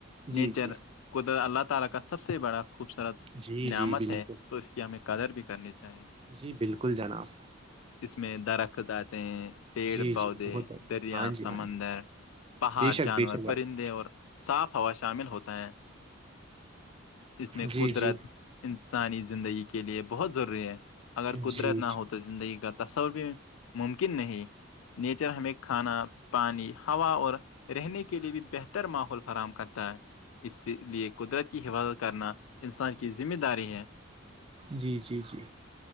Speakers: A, on the right; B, on the left.
A: جی
B: نیچر
A: جی
B: کو اللہ تعالی کا سب سے بڑا خوبصورت
A: جی
B: نعمت
A: جی بالکل
B: ہے تو اس کی ہمیں قدر بھی کرنی چاہیے
A: جی بالکل جناب
B: اس میں درختت آتے ہیں پیڑ
A: جی
B: پودے
A: جی بہت بڑھیا
B: دریا
A: ہاں جی
B: سمندر
A: ہاں
B: پہاڑ
A: بے شک
B: جانور
A: بے شک
B: پرندے
A: بھائی
B: اور صاف ہوا شامل ہوتا ہے اس میں
A: جی
B: قدرت
A: جی
B: انسانی زندگی کے لیے بہت ضروری ہے اگر
A: جی
B: قدرت
A: جی
B: نہ ہوتا تو زندگی کا تصور بھی ممکن نہیں نیچر ہمیں کھانا پانی ہوا اور رہنے کے لیے بھی بہتر ماحول فراہم کرتا ہے اس لیے قدرت کی حفاظت کرنا انسان کی ذمہ داری ہے
A: جی جی جی